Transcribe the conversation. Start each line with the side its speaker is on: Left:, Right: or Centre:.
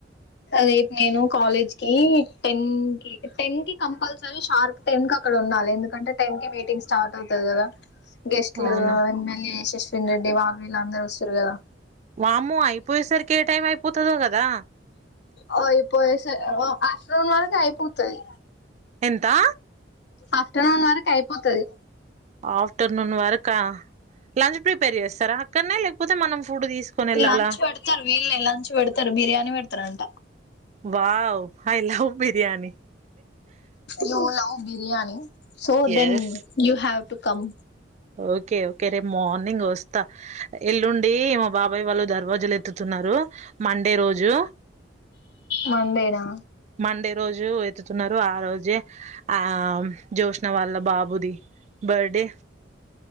Left: రేపు నేను కాలేజ్ కి టెన్ కి టెన్ కి కంపల్సరీ షార్ప్ టెన్ కి అ క్కడ ఉండాలె ఎందుకంటే టెన్ కి మీటింగ్ స్టార్ట్ అవుతది కదా. గెస్ట్లు
Right: అవునా
Left: ఎమ్మెల్యే యశస్వినీ రెడ్డి వాళ్ళు వీళ్ళు అందరు వస్తరు కదా.
Right: వామ్మో అయిపోయేసరికి ఏ టైం అయిపోతదో కదా.
Left: ఓ ఐపోయే సరే ఆఫ్టర్నూన్ వరకు అయిపోతది.
Right: ఎంతా.
Left: ఆఫ్టర్నూన్ వరకు అయిపోతది.
Right: ఆఫ్టర్నూన్ వరకా లంచ్ ప్రిపేర్ చేస్తారా అక్కడనే లేకపోతే మనం ఫుడ్ తీసుకొని వెళ్ళాలా
Left: లంచ్ పెడతరు వీళ్ళే లంచ్ పెడతరు బిర్యానీ పెడతరంటా.
Right: Wow I love biryani.
Left: You love biryani so then
Right: yes
Left: you have to come.
Right: Okay okay రేపు మార్నింగ్ వస్తా. ఎల్లుండి మా బాబాయ్ వాళ్ళు దర్వాజలు ఎత్తుతు న్నరు మండే రోజు.
Left: మండేనా.
Right: మండే రోజు ఎత్తుతున్నరు ఆ రోజే ఆ జ్యోష్న వాళ్ళ బాబుది బర్డే